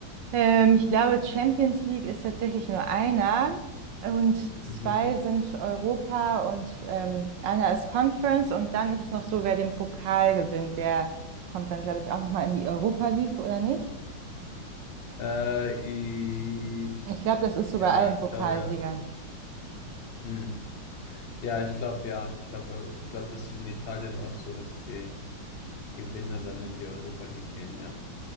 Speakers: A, on the right (about 70°); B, on the left (about 55°).
A: Ähm, ich glaube, Champions League ist tatsächlich nur einer und zwei
B: Mhm.
A: sind Europa und ähm, einer ist Conference und dann ist es noch so, wer den Pokal gewinnt, der kommt dann, glaube ich, auch nochmal in die Europa League, oder nicht?
B: Äh,
A: Ich glaube, das ist so
B: Ja,
A: bei allen
B: ich
A: Pokalsiegern.
B: glaube ja. Hm. Ja, ich glaube ja. Ich glaube, ich glaube, das ist in Italien auch so, dass die Gewinner dann in die Europa League gehen, ja.